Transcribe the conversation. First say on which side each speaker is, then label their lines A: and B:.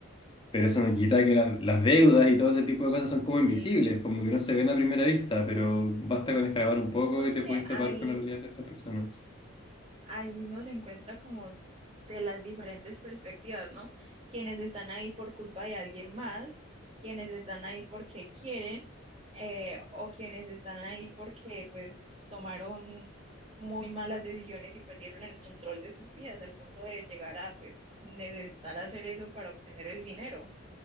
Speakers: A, on the left; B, on the right.
A: pero eso no quita que las las deudas y todo ese tipo de cosas son como
B: Sí,
A: invisibles, como que no se ven a primera vista, pero basta con escarbar un poco
B: sí, porque
A: y te puedes topar
B: hay,
A: con la realidad de ciertas personas.
B: ahí uno se encuentra como de las diferentes perspectivas, ¿no? Quienes están ahí por culpa de alguien más, quienes están ahí porque quieren, eh, o quienes están ahí porque pues tomaron muy malas decisiones y perdieron el control de sus vidas al punto de llegar a pues necesitar hacer eso para obtener el dinero.